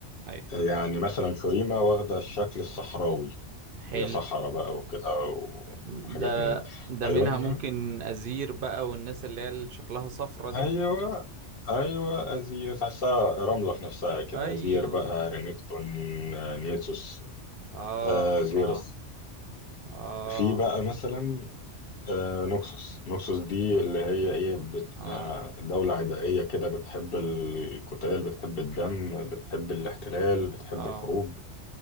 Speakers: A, on the right; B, on the left.
A: ايوه
B: يعني مثلا شوريما واخدة الشكل الصحراوي
A: حلو
B: هي صحراء بقى وكده
A: ده
B: وحاجات من دي
A: ده
B: أيونيا
A: منها ممكن أزير بقى والناس اللي هي اللي شكلها صفرة دي
B: أيوة أيوة أزير تحسها رملة في نفسها كده
A: ايوه
B: أزير بقى رينكتون آه، نيسوس
A: اه
B: آه زيرس
A: اه اه
B: في بقى مثلا آه، نوكسوس نوكسوس دي اللي هي ايه بت...
A: اه
B: آه، دولة عدائية كده بتحب القتال بتحب الدم بتحب الاحتلال بتحب
A: اه
B: الحروب